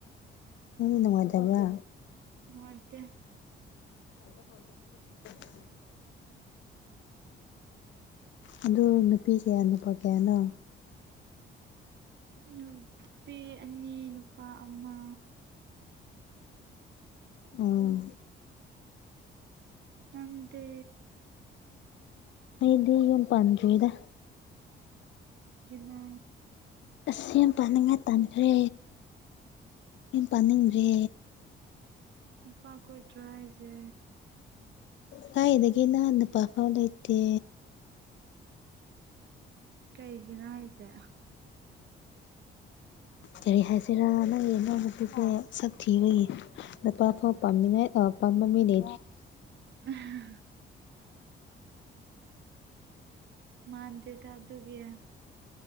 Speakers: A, on the left; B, on the right.
A: ꯅꯉꯥꯏꯗꯕꯥ
B: ꯍ ꯑꯠꯇꯦ
A: ꯍ ꯑꯗꯨ ꯅꯨꯄꯤ ꯀꯌꯥ ꯅꯨꯄꯥ ꯀꯌꯥꯅꯣ
B: ꯅꯨꯄꯤ ꯑꯅꯤ ꯅꯨꯄꯥ ꯑꯃ
A: ꯑꯥ
B: ꯅꯗ
A: ꯑꯩꯗꯤ ꯌꯥꯝ ꯄꯟ ꯆꯨꯗ
B: ꯅ
A: ꯑꯁ ꯌꯥꯝ ꯄꯥꯅꯤꯡꯉꯥꯏ ꯇꯥꯟꯈ꯭ꯔꯦ ꯌꯥꯝ ꯄꯥꯅꯤꯡꯗ꯭ꯔꯦ
B: ꯎꯄꯥ ꯀꯣꯏꯗ꯭ꯔ ꯍꯥꯏꯁꯦ
A: ꯀꯥꯏꯗꯒꯤ ꯅꯍꯥꯟ ꯅꯨꯄꯥꯐꯥꯎ ꯂꯩꯇꯦ
B: ꯀꯩꯒꯤꯅꯣ ꯍꯥꯏꯁꯦ
A: ꯀꯔꯤ ꯍꯥꯏꯁꯤꯔꯥ ꯅꯪꯒꯤꯅꯥꯪꯎ ꯅꯨꯄꯤ ꯐꯥꯎ ꯁꯛ ꯊꯤꯕꯒꯤ ꯅꯨꯄꯥꯐꯥꯎ ꯄꯥꯝꯅꯤꯡꯉꯥꯏ ꯃꯃꯃꯤ ꯅ
B: ꯎꯝ ꯃꯥꯥꯟꯗꯦ ꯊ ꯑꯗꯨꯒꯌꯥ